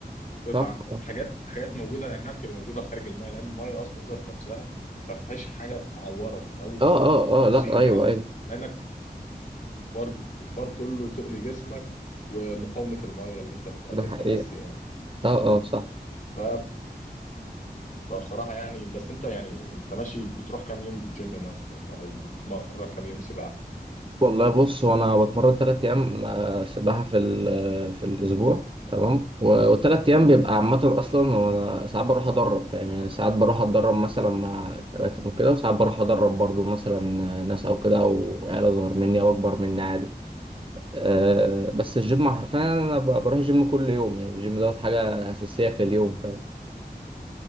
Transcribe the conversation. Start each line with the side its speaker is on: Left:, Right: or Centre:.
Left: يقطع
Right: صح اه
Left: حاجات حاجات موجودة لأنها بتبقى موجودة خارج المايه لأن المايه أصلا ذات نفسها ما فيهاش حاجة تعورك أو
Right: اه اه آه، لا
Left: تصيبك
Right: ايوه
Left: أو
Right: ايوه
Left: لأنك الحوار الحوار كله تقل جسمك ومقاومة المايه اللي أنت بتقابلها
Right: ده حقيقة
Left: بس يعني
Right: اه اه صح
Left: ف فبصراحة يعني بس أنت يعني أنت ماشي بتروح كام يوم الجيم مثلا أو بتتمرن كام يوم سباحة
Right: والله بص هو انا بتمرن ثلاث ايام آه، سباحه في ال- في الاسبوع تمام والثلاث ايام بيبقى عامه اصلا وانا ساعات بروح ادرب فاهم يعني ساعات بروح اتدرب مثلا مع كباتن وكده وساعات بروح ادرب برضو مثلا ناس او كده او عيله اصغر مني او اكبر مني عادي أه بس الجيم حرفيا انا ب- بروح الجيم كل يوم يعني الجيم دوت حاجه اساسيه في اليوم فاهم